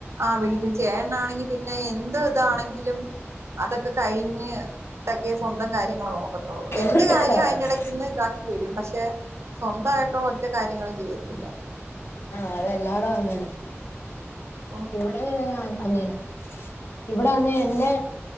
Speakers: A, on the right; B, on the left.
A: ആ വിളിക്ക ചേണ ആണെങ്കി പിന്നെ എന്ത ഇതാണെങ്കും അതൊക്കെ കഴിഞ്ഞഞ് ഇട്ടൊക്കെ സ്വന്തം കാര്യങ്ങൾ നോക്കും എന്റെ
B: ആഹ്
A: കാര്യം അതിന്റെ ഇടക്ക് നിന്ന് ഇതാക്കി വരും പക്ഷെ സ്വന്തായിട്ടുള്ള ഒറ്റ കാര്യങ്ങളും ചെയ്യത്തില്ല
B: ആ അതെല്ലാടും അങ്ങനെ
A: അപ്പൊ
B: ഇവിടെ അങ്ങനെ ഇവിടെന്ന് എന്നെ